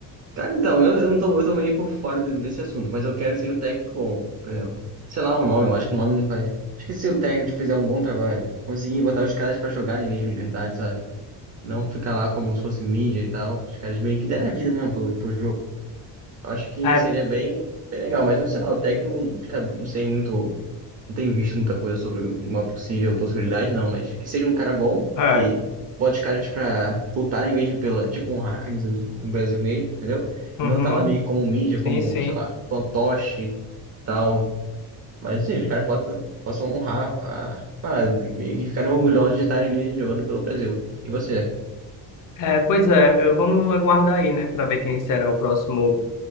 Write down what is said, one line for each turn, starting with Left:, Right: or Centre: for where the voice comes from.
Right: Cara, então, eu, eu não tô, eu tô meio por fora de- desse assunto, mas eu quero que seja um técnico bom, por exemplo. Sei lá o nome, eu acho que o nome não vai. Acho que se o técnico fizer um bom trabalho, conseguir botar os caras pra jogarem mesmo de verdade, sabe? Não ficar lá como se fosse mídia e tal. Os caras meio que deram a vida mesmo pelo, pelo jogo. Eu acho que
Left: É,
Right: seria bem, bem legal, mas eu sei lá, o técnico, cara, não sei muito não tenho visto muita coisa sobre uma possível possibilidade, não, mas que seja um cara bom,
Left: é,
Right: que bote os caras pra lutarem mesmo pela, tipo, honrar a camisa do do Brasil mesmo, entendeu?
Left: uhum,
Right: E não tá lá meio como mídia,
Left: sim,
Right: como,
Left: sim.
Right: sei lá, fantoche, tal. Mas, assim, os caras possam, possam honrar a parada, né? e meio que ficarem orgulhosos de estarem ali jogando pelo Brasil. E você?
Left: É, pois é, é, vamos aguardar aí, né, para ver quem será o próximo